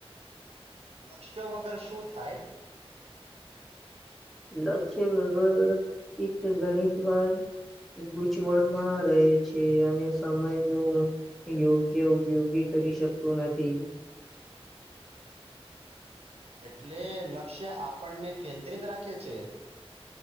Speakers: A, on the right; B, in the centre.
A: લક્ષ્ય વગર શું થાય
B: લક્ષ્ય વગર વ્યક્તિ ગણિત વાર ગૂચવળમાં રહે છે અને સમય નું યોગ્ય ઉપયોગી કરી શકતું નથી.
A: એટલે લક્ષ્ય આપણને કેન્દ્રિત રાખે છે